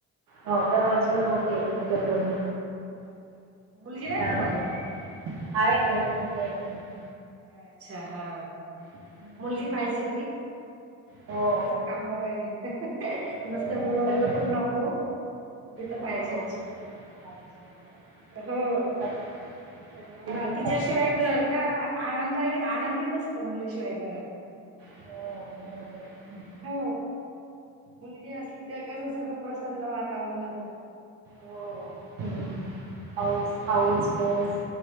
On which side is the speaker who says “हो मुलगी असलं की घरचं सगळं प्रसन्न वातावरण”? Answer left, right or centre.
Right